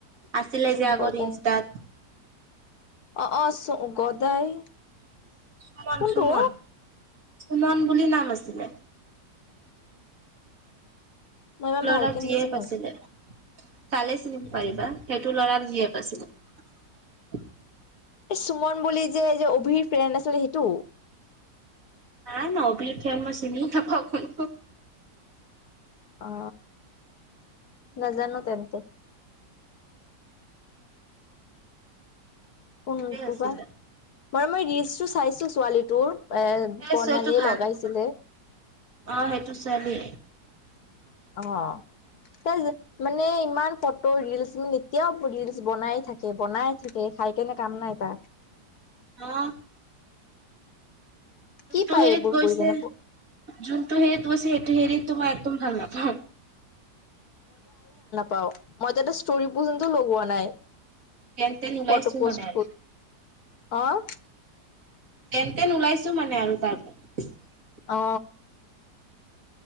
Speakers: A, on the right; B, on the left.
A: আছিলে যে আগত
B: গদাই
A: ইনষ্টাত
B: অ অ চো গদায়
A: সুমন
B: কোনটো
A: সুমন সুমন বুলি নাম আছিলে
B: মই ইমান
A: লৰা
B: ভালকে
A: যিয়ে
B: নিচিনো
A: পাইছিলে তালে চিনিম পাৰিবা সেইটো লৰাক জে প আছিলো
B: এই সুমন বুলি যে যে অভিৰ ফ্ৰেণ্ড আছিলে সেইটো
A: নাই ন অব খাল মই চিনি নাপওঁ
B: অ নজাৰ নো তে তে কোনটোোবা
A: আছিলে
B: বাৰু মই ৰিলচটো চাইছো ছোৱালীটোৰ এৰ
A: এই
B: প্ৰণালীয়ে
A: চোৱাটো ভাল
B: লগাইছিলে
A: নহয়। অ সেইটো ছোৱালী
B: অ ত মানে ইমান ফটো ৰিলচ মানে এতিয়াও ৰিলচ বনাই থাকে বনাই থাকে খাই কেনেে কাম নাই ত
A: আহ যোনটো
B: কি পায়
A: হেৰিত
B: এইবোৰ
A: গৈছে
B: কৰি কেনে
A: যোনটো হেৰিত তমাৰ সেইটো হেৰি তোমাৰ একদম ভাল লাগ
B: পাও মইো এটা ষ্টৰি পন্ত লগোৱা নাই
A: যেন তেন ওলাইছো
B: ফটো পোষ্ট
A: মানে আৰু
B: আহ
A: তেন তেন ওলাইছো মানে আৰু তাৰপ
B: অ